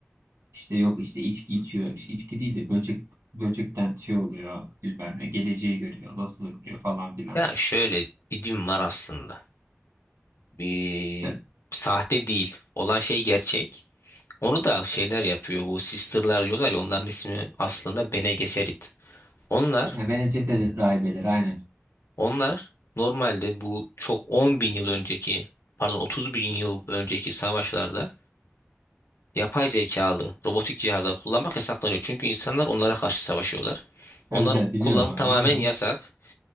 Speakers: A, on the right; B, on the left.
A: işte yok işte içki içiyor. İşte içki değil de böcek böcekten şey oluyor bilmem ne geleceği görüyor nasıl görüyor falan filan.
B: Ya şöyle bir din var aslında. Bir
A: Ve-
B: sahte değil. Olan şey gerçek. Onu da şeyler yapıyor. Bu sisterlar diyorlar ya onların ismi aslında Bene Gesserit. Onlar,
A: Vene cesedin rahibeleri aynen.
B: onlar normalde bu çok 10 bin yıl önceki pardon 30 bin yıl önceki savaşlarda yapay zekalı robotik cihazlar kullanmak yasaklanıyor. Çünkü insanlar onlara karşı savaşıyorlar. Onları
A: Evet evet biliyorum
B: kullanımı
A: abi
B: tamamen
A: onu.
B: yasak.